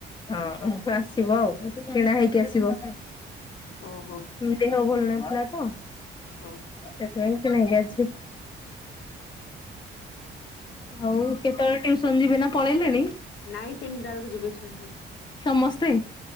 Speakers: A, on the left; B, on the left.
A: ହଁ ଆସିବ ଆଉ କିଣା ହେଇକି ଆସିବ।
B: ଓହୋ।
A: ଦେହ ଭଲ ନଥିଲା ତ।
B: ଓ
A: ସେଥିପାଇ କି ନାାଇଁଜି। ହଉ କେତେବେଳେ ଟ୍ୟୁସନ ଯିବି ନା ପଳେଇଲେଣି।
B: ନାଇଁ ତିନି ବେଳକୁ ଯିବ ଛୁଆବୁ।
A: ସମସ୍ତେ